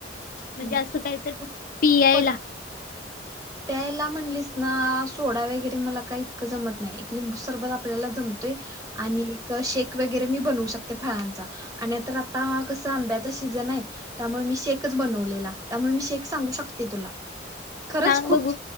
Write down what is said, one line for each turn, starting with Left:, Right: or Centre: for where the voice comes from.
Right: <unintelligible>
Left: म्हणजे असं काही तर पियायला <inaudible>
Right: प्यायला म्हणलीस ना सोडा वगैरे मला काही इतकं जमत नाही एक लिंबू सरबत आपल्याला जमतयं. आणि शेक वगैरे मी बनवू शकते फळांचा. आणि आता कस आंब्याचा सीजन आहे त्यामुळे मी शेकच बनवलेला त्यामुळे मी शेक सांगू शकते तुला खरंच
Left: सांग
Right: खूप
Left: बघू